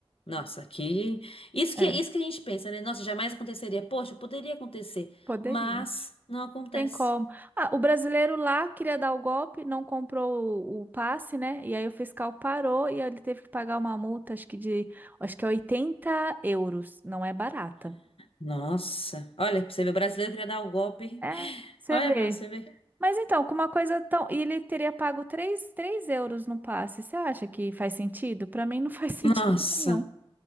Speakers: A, on the left; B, on the right.
A: Nossa, aqui. Isso que,
B: É,
A: isso que a gente pensa, né? Nossa, jamais aconteceria. Poxa, poderia acontecer,
B: poderia.
A: mas não acontece.
B: Tem como. Ah, o brasileiro lá queria dar o golpe, não comprou o, o passe, né? E aí o fiscal parou e aí ele teve que pagar uma multa, acho que de, acho que é oitenta euros. Não é barata.
A: Nossa. Olha, pra você ver, o brasileiro queria dar o golpe.
B: É, você
A: Olha
B: vê.
A: pra você ver.
B: Mas então, com uma coisa tão. E ele teria pago três, 3 euros no passe. Você acha que faz sentido? Para mim não faz <laughs> sentido
A: Nossa,
B: nenhum.